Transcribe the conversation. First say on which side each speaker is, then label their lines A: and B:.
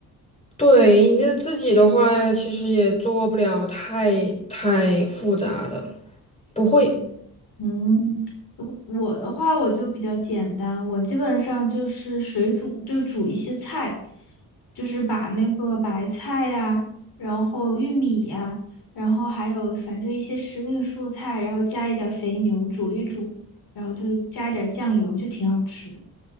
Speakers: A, on the left (about 15°); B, on the left (about 70°).
A: 对，你这自己的话，其实也做不了太太复杂的，不会。
B: 嗯，如我的话我就比较简单，我基本上就是水煮，就煮一些菜，就是把那个白菜呀，然后玉米呀，然后还有反正一些时令蔬菜，然后加一点儿肥牛煮一煮，然后就是加一点儿酱油，就挺好吃的。